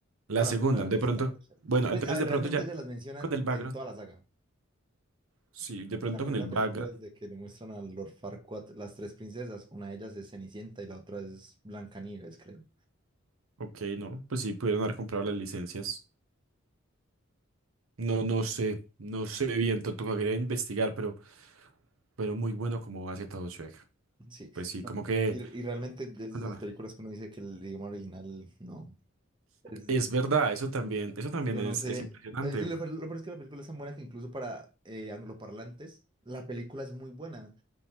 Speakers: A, on the right; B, on the right.
A: La
B: No,
A: segunda,
B: la tercera, la
A: de
B: tercera,
A: pronto.
B: la tercera.
A: Bueno,
B: Pues,
A: entonces
B: a ver,
A: de
B: realmente
A: pronto ya
B: ellas las mencionan
A: con el background.
B: en toda la saga.
A: Sí, de pronto
B: En la primera
A: con el background,
B: película es de que le muestran a Lord Farquaad las tres princesas. Una de ellas es Cenicienta y la otra es Blancanieves, creo.
A: ok, no, pues sí, pudieron haber comprado las licencias. No, no
B: Ah,
A: sé, no sé
B: no.
A: bien, to- tocaría investigar, pero, pero muy bueno como hace todo Shrek.
B: Sí,
A: Pues sí,
B: no.
A: como que,
B: Y, y realmente desde
A: cuéntame.
B: esas películas que uno dice que el idioma original no. Es,
A: Es verdad, eso también, eso también
B: yo
A: es,
B: no sé.
A: es impresionante.
B: Eh, Y lo, peor- lo peor es que la película es tan buena que incluso para eh, angloparlantes la película es muy buena.